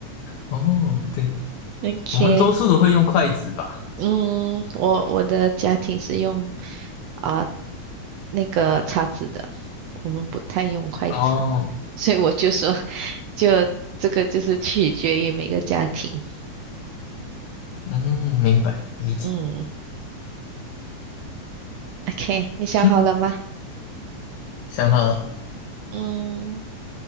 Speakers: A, on the left; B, on the right.
A: 哦，对，
B: OK，
A: 我们多数都会用筷子吧？
B: 嗯，我我的家庭是用啊、那个叉子的，我们不太用筷子。
A: 哦，
B: 所以我就说，就这个就是取决于每个家庭。
A: 嗯，明白，理解。
B: 嗯，OK，你想好了吗？
A: o 想好了，
B: 嗯，